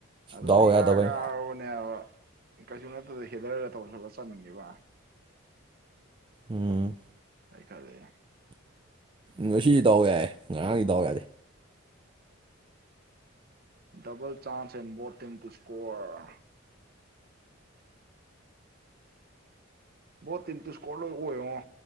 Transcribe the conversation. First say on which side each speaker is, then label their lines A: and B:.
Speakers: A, on the right; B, on the right.
A: ꯑꯗꯨꯗꯤ
B: ꯗꯥꯎ
A: ꯏꯀꯥ
B: ꯌꯥꯗꯕꯩ
A: ꯀꯥꯔꯕꯅꯦꯕ ꯍꯥꯏꯕ ꯀꯩꯁꯨ ꯅꯠꯇꯗ ꯍꯦꯗꯔꯒ ꯇꯧꯈꯠꯂꯒ ꯆꯟꯈꯤꯕꯅꯦ
B: ꯎꯝ
A: ꯍꯥꯏꯀꯗꯦ
B: ꯉꯁꯤꯗꯤ ꯗꯥꯎ ꯌꯥꯏ ꯉꯔꯥꯡꯗꯤ ꯗꯥꯎ ꯌꯥꯗꯦ
A: double chance and both team to score both team to score ꯂꯣꯏ ꯑꯣꯏꯉꯣ